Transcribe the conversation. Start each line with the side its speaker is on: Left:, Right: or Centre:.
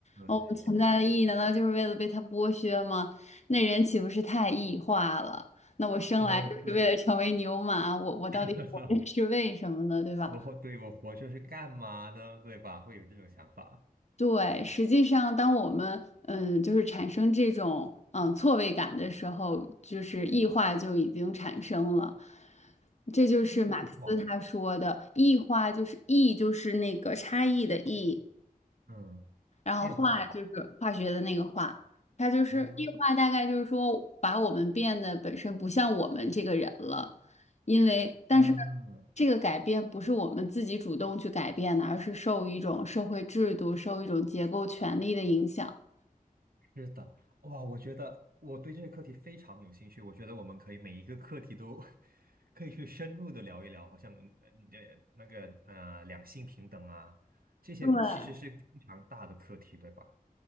Left: 那我们存在的意义难道就是为了被他剥削吗？
Right: 对，
Left: 那人岂不是太异化了？那我生来就是为了成为牛马，
Right: 哦，对，
Left: 我我到底活着是为什么呢？
Right: <laughs>
Left: 对吧？
Right: 我对我活着是干嘛呢？对吧？会有这种想法。
Left: 对，实际上，当我们嗯，就是产生这种嗯错位感的时候，就是异化就已经产生了。这就是马克思他说的异化，
Right: 欲望。
Left: 就是异，就是那个差异的异，
Right: 嗯，
Left: 然后化就是化学的那个化，
Right: 变化的话，
Left: 它就是异化，
Right: 嗯
Left: 大概就是说把我们变得本身不像我们这个人了，因为但是
Right: 嗯，
Left: 这个改变不是我们自己主动去改变的，而是受一种社会制度、受一种结构权力的影响。
Right: 是的，哇，我觉得我对这个课题非常有兴趣，我觉得我们可以每一个课题都 <laughs> 可以去深入的聊一聊，好像嗯呃你的那个呃两性平等啊，这些其实是非常大的课题，
Left: 对，
Right: 对吧？